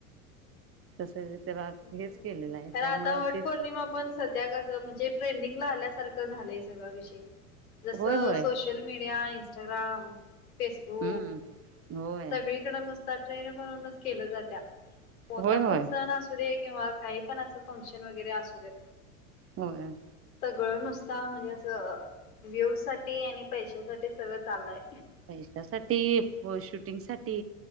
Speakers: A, on the right (about 30°); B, on the left (about 80°).
A: तस त्याला
B: हम्म.
A: हेच केलेलं आहे
B: खरं
A: त्यामुळं
B: आता वट
A: ते
B: पौर्णिमा पण सध्या कसं म्हणजे ट्रेंडिंग ला आल्यासारखं झालंय सगळं विषय जसं
A: होय होय
B: सोशल मीडिया इंस्टाग्राम फेसबुक
A: हम्म. होय
B: सगळी नुसता ट्रेंड म्हणून केला जातोय कोणता
A: होय होय
B: पण सण अस. काही पणं अस फंक्शन वगैरे असू दे.
A: हम्म
B: सगळं नुसता म्हणजे असं. विव्ह साठी आणि पैशासाठी सगळं चाललंय.
A: पैशासाठी शूटिंग साठी